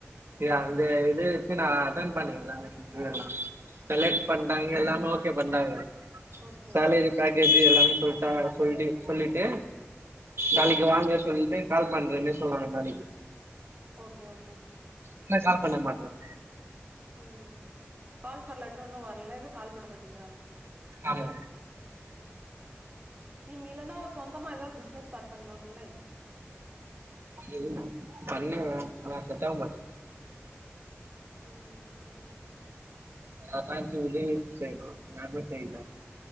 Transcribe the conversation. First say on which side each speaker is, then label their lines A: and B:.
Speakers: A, on the right; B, on the right.
A: து அந்த இத வச்சு நா அட்டன் பண்ண எல்லாமே ம் செலக்ட் பண்டாங்க எல்லாமே ஓக்கே பண்றாங்க
B: ஓகே
A: சேலரி பேக்கேஜு எல்லாமே சொல்ட்டா சொல்லி சொல்லிட்டு நாளைக்கு வாங்க சொல்லிட்டு கால் பண்றேன்னு சொன்னாங்க நாளைக்கு
B: ஓக்கே ஓக்கேங்
A: என்ன கால் பண்ண மாட்ற
B: ம் கால் ஃபார் லெட்டர் ஒன்னு வரல ஏதோ கால் பண்ண மாட்டேங்றாங்க
A: ஆமா
B: நீங்க இல்லன்னா ஒரு சொந்தமா ஏதாவது பிசினஸ் ஸ்டார்ட் பண்ணலாம்லங்
A: என்ன ஆ பண்ணுவ ஆனா செட்டாவ மாட்டுது
B: ம் ம்
A: யார்னா எஞ்சி உதவி செய்ணு யாருமே செய்யில